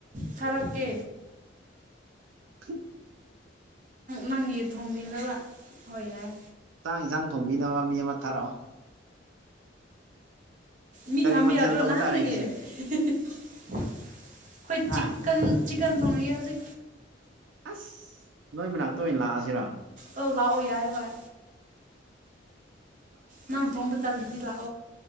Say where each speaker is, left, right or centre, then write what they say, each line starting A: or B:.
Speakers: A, on the right; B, on the right.
A: ꯊꯥꯔꯛꯀꯦ
B: ꯊꯝ
A: ꯅꯪꯒꯤ ꯊꯣꯡꯕꯤꯅꯕ ꯍꯣꯏ ꯌꯥꯏ
B: ꯍꯥꯡ ꯌꯦꯟꯁꯥꯡ ꯊꯣꯡꯕꯤꯅꯕ ꯃꯤ ꯑꯃ ꯊꯥꯔꯛꯑꯣ
A: ꯃꯤ
B: ꯀꯔꯤ
A: ꯊꯥꯕꯤ
B: ꯃꯊꯦꯜ
A: ꯌꯥꯗ꯭ꯔꯣ
B: ꯇꯧꯕ
A: ꯅꯍꯥꯟꯗꯒꯤ
B: ꯇꯥꯔꯦ ꯉꯁꯤ
A: ꯑꯩꯈꯣꯏ
B: ꯍꯥ
A: ꯆꯤꯛꯀꯟ ꯆꯤꯛꯟ ꯊꯣꯡꯉꯖꯤ
B: ꯑꯁ ꯅꯣꯏ ꯃꯅꯥꯛꯇ ꯑꯣꯏꯅ ꯂꯥꯛꯑꯁꯤꯔ
A: ꯑꯣ ꯂꯥꯛꯑꯣ ꯌꯥꯏ ꯍꯣꯏ ꯅꯪ ꯇꯣꯡꯝꯕꯇ ꯇꯂꯗꯤꯂ ꯂꯣ